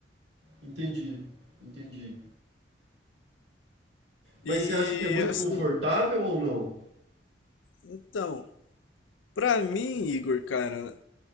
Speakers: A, on the right (about 65°); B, on the left (about 85°).
A: Entendi, entendi. Mas
B: E
A: você acha que é muito
B: assim,
A: confortável ou não?
B: então, pra mim, Igor, cara,